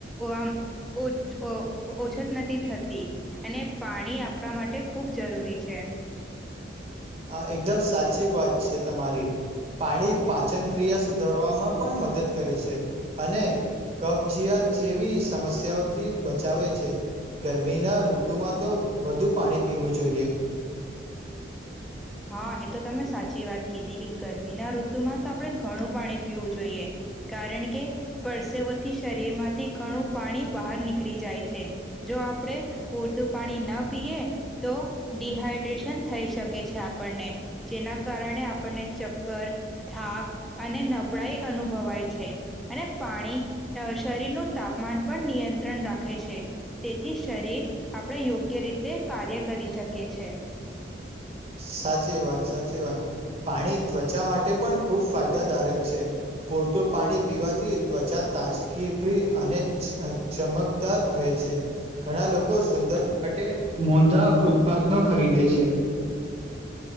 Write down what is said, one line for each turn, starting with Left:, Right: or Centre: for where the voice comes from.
Centre: આમ ઓછત નથી થતી અને પાણી આપણા માટે ખૂબ જરૂરી છે
Right: હા એકદમ સાચી વાત છે છે તમારી પાણી પાચન ક્રિયા સુધારવામાં પણ મદદ કરે છે અને કબજીયાત જેવી સમસ્યાઓથી બચાવે છે ગરમીના ઋતુમાં તો વધુ પાણી પીવું જોઈએ
Centre: હા એ તો તમે સાચી વાત કીધી કે ગરમીના ઋતુમાં તો આપણે ઘણું પાણી પીવું જોઈએ કારણ કે પરસેવા થી શરીર માંથી ઘણું પાણી બહાર નીકળી જાય છે જો આપણે પૂરતું પાણી ન પીએ તો ડિહાઈડ્રેશન થઈ શકે છે આપણને જેના કારણે આપણને ચક્કર થાક અને નબળાાઈ અનુભવાય છે અને પાણી શરીરનું તાપમાન પણ નિયંત્રણ રાખે છે તેથી શરીર આપણે યોગ્ય રીતે કાર્ય કરી શકીએ છે
Right: સાચી વાત સાચી વાત પાણી ત્વચા માટે પણ ખૂબ ફાયદાદારક છે પૂરતું પાણી પીવાથી ત્વચા તાજગીી અને ચમકદાર રહે છે ઘણા લોકો સુંદર માટે મોંધા ઉત્પાદનો ખરીદે છે